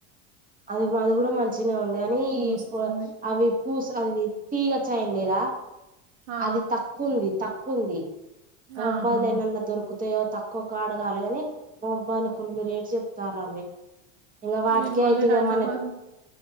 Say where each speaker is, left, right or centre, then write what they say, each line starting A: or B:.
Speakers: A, on the right; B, on the right.
A: అది అది కూడా మంచినే ఉంది గనీ ఈ
B: మస్తుంది
A: అవి పూస అది తీగ చైన్ లేదా
B: ఆ
A: అది తక్కువున్ది తక్కువుంద్ది మొబైల్
B: ఆహా
A: ఎనన్న దొర్క్ క్కుతాయో తక్కువకాడగాలిగానిమొబైల్లో ఫుల్ రేట్ చెప్తరావి ఇగ వాటికే
B: మీరు మళ్ళీ
A: అయితే ఇగ
B: హైదరాబాద్
A: మనక్